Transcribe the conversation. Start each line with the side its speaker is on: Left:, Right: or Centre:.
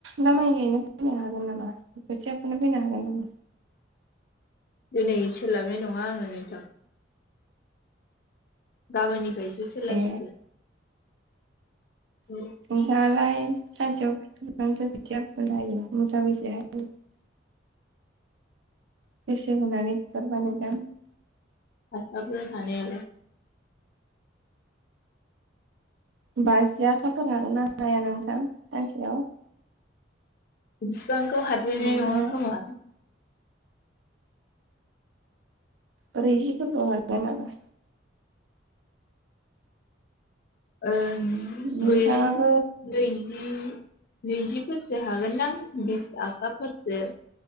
Right: दा माइ गाइनो फैनो हागोन नामा खोथियाफुनो फैनो हागोन नामा
Left: दिनै सोलाबनाय नङा आंङो नोंथां गाबोननिफ्रायसो सोलाबसिगोन
Right: ए
Left: औ
Right: <unintelligible> <unintelligible> <unintelligible>
Left: हासाबो हानायालाय
Right: बाजियाखाखनो हागोन ना हाया नोंथां सानसेयाव
Left: बिसिबांखौ हाद्रायनाय
Right: नोंथाङा
Left: नङा खोमा
Right: ब्रैजि फीरखोव हागीन नामा
Left: ओ
Right: नोंथाङाबो
Left: बै नैजि नैजिफोरसो हागोनदां बिस आखाफोरसो